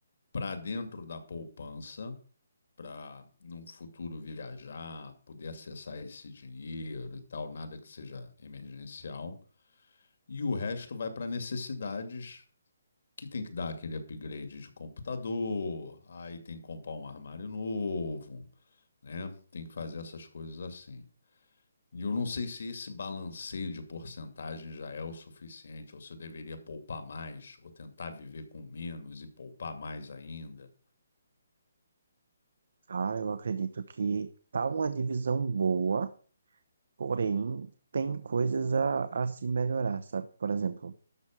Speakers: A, on the left (about 60°); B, on the right (about 75°).
A: para dentro da poupança, para num futuro viajar, poder acessar esse dinheiro e tal, nada que seja emergencial. E o resto vai para necessidades que tem que dar aquele upgrade de computador, aí tem que comprar um armário novo, né? Tem que fazer essas coisas assim. E eu não sei se esse balanceio de porcentagem já é o suficiente, ou se eu deveria poupar mais, ou tentar viver com menos e poupar mais ainda.
B: Cara, eu acredito que tá uma divisão boa, Porém, tem coisas a, a se melhorar, sabe? Por exemplo,